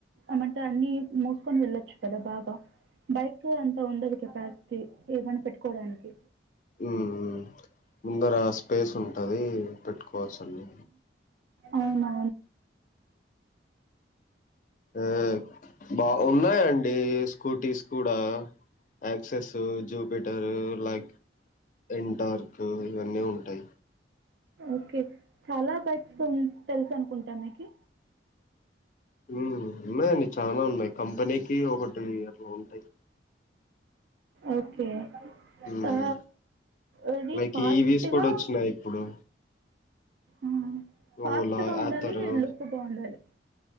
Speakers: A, on the right (about 70°); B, on the left (about 45°).
A: అమంట అన్ని మోసుకొని వెళ్లొచ్చు కదా బాగా బైక్ అంత ఉండదు కెపాసిటీ ఏమనా పెట్టుకోడానికి
B: ఉమ్. ముందర స్పేస్ ఉంటది పెట్టుకు కోవచ్చు అండి
A: అవునా
B: ఆ బా ఉన్నాయండి స్కూటీస్ కూడా యాక్సెస్ జూపిటరు లైక్ ఎంటార్క్ ఇవన్నీ ఉంటాయి
A: ఓకే చాలా బైక్స్ తె తెలుసు అనుకుంటా మీకి
B: ఉమ్ ఉన్నాయండి చానా ఉన్నాయి కంపెనీ కి ఒకటి అట్ల ఉంటాయి.
A: ఓకే
B: ఉమ్.
A: ఆ అది
B: లైక్
A: ఫాస్ట్
B: ఈవీస్ కూడా
A: గా
B: వచ్చినాయి ఇప్పుడు
A: ఉమ్ ఫాస్ట్
B: ఓలా
A: గా ఉండాలి
B: ఆథర్
A: లుక్ బాగుండాలి.